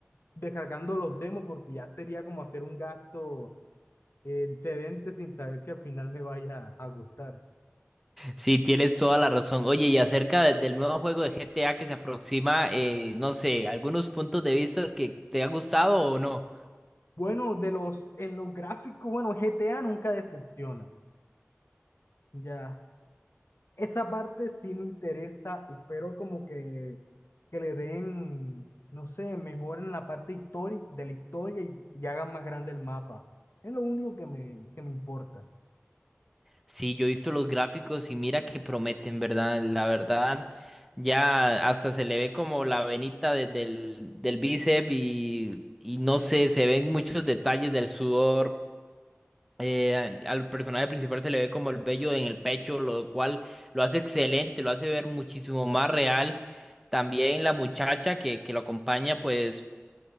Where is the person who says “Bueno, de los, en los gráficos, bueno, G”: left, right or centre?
Left